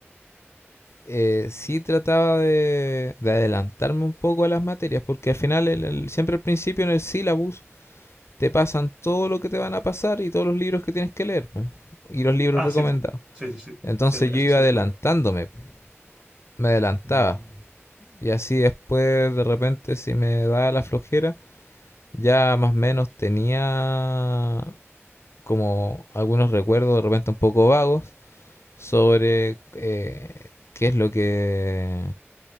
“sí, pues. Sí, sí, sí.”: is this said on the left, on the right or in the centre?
Right